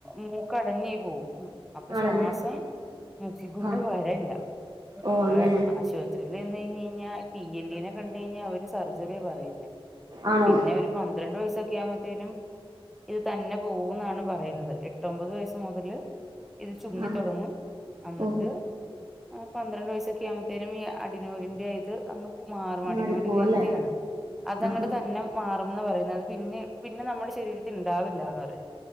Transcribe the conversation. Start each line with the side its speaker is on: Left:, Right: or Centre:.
Centre: മൂക്കടഞ്ഞ് പോവും അപ്പൊ
Right: ആണല്ലേ
Centre: ശ്വാസം മുക്കീക്കൂടെ
Right: ആഹ്
Centre: വരല്ല
Right: ഓ
Centre: അപ്പൊ
Right: അങ്ങനെ
Centre: ആശുപത്രി <inaudible> കഴിഞ്ഞാൽ പി എൻ ഡിനെ കണ്ട കഴിഞ്ഞാൽ അവര് സർജറിയാ പറയുന്നെ
Right: ആണോ
Centre: പിന്നെ ഒരു പന്ത്രണ്ട് വയസൊക്കെ ആവുമ്പത്തേനും ഇത് തന്നെ പോവുംന്നാണ് പറയുന്നത് എട്ടൊമ്പത് വയസ്സ് മുതല് ഇത് ചുങ്ങി
Right: ആണ്
Centre: തൊടങ്ങും അന്നിട്ട്
Right: ഓഹോ
Centre: പന്ത്രണ്ട് വയസ്സൊക്കെ യുമ്പത്തേനും ഈ അടിനോടിന്റെ ഇത് അങ്ങ് മാറും
Right: മാറിപ്പോവല്ലേ
Centre: അടിനോട് ഗ്രന്ഥിയാണ് അതങ്ങടെ
Right: ആഹാ
Centre: തന്നെ മാറുംന്ന പറയുന്നത് പിന്നെ പിന്നെ നമ്മുടെ ശരീരത്തി ഉണ്ടാവില്ലാന്ന് പറയണ്